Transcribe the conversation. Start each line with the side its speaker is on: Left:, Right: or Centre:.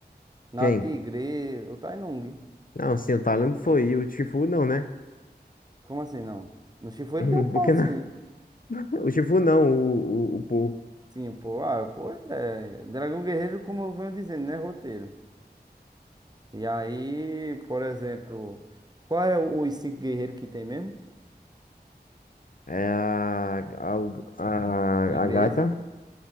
Right: Na
Left: Quem?
Right: Tigre, o Tai Lung.
Left: Não, sim, o Talon foi, e o Shifu não, né?
Right: Como assim não? No Shifu ele
Left: <laughs>
Right: deu um pau
Left: Porque
Right: sim.
Left: não.
Right: hein?
Left: O Shifu não, o, o, o Paul.
Right: Sim, pô. Ah, pô, é. é, Dragão Guerreiro, como eu venho dizendo, né? Roteiro. E aí, por exemplo, qual é o- os cinco guerreiros que tem mesmo?
Left: É a, a, a,
Right: Igreja,
Left: a gaita,